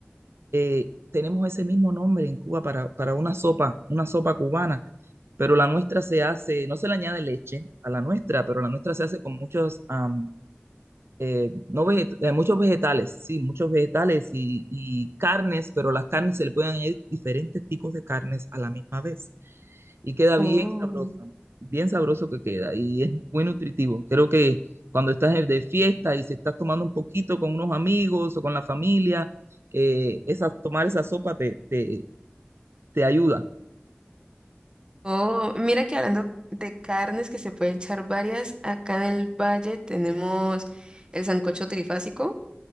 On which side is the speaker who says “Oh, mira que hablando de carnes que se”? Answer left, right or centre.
Right